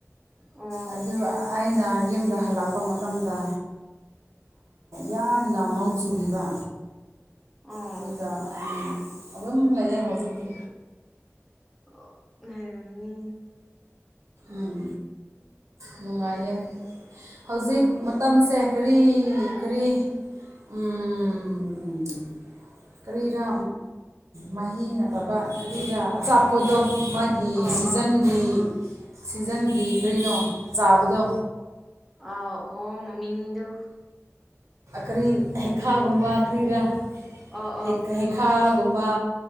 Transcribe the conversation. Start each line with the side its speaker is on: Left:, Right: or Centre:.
Centre: ꯑꯣ
Right: ꯑꯗꯨ ꯑꯩꯅ ꯌꯨꯝꯗ ꯍꯜꯂꯛꯄ ꯃꯇꯝ꯫ ꯃꯇꯝꯗ ꯌꯥꯝꯅ ꯅꯣꯡ ꯆꯨꯕꯤꯕ꯫
Centre: ꯑꯣ
Right: ꯑꯗꯨꯒ ꯎꯝ ꯑꯗꯨꯝ ꯂꯩꯌꯦ ꯍꯧꯖꯤꯛꯇꯤ꯫
Centre: ꯑꯣ ꯍꯩꯔꯝꯅꯤ꯫
Right: ꯎꯝ ꯅꯨꯡꯉꯥꯏꯌ‌‌ꯦ꯫ ꯍꯧꯖꯤꯛ ꯃꯇꯝꯁꯦ ꯀꯔꯤ ꯀꯔꯤ꯫ ꯎꯝ꯫ ꯀꯔꯤꯔ ꯃꯍꯤ ꯅꯠꯇꯕ ꯀꯔꯤꯔꯥ ꯑꯆꯥꯄꯣꯗꯣ ꯃꯥꯒꯤ꯫ ꯒꯤ
Centre: ꯑꯣ
Right: ꯁꯤꯖꯟꯒꯤ
Centre: ꯑꯣ
Right: ꯁꯤꯖꯟꯒꯤ ꯀꯔꯤꯅꯣ ꯆꯥꯕꯗꯣ꯫
Centre: ꯑꯥ ꯑꯣ ꯃꯃꯤꯡꯗꯨ꯫
Right: ꯀ꯭ꯔꯤ
Centre: ꯀꯥꯎꯈ꯭ꯔꯦꯗ
Right: ꯍꯩꯈꯥꯒꯨꯝꯕ ꯀ꯭ꯔꯤꯔ
Centre: ꯑꯣ ꯑꯣ
Right: ꯍꯩ ꯍꯩ꯫ ꯈꯥꯒꯨꯝꯕ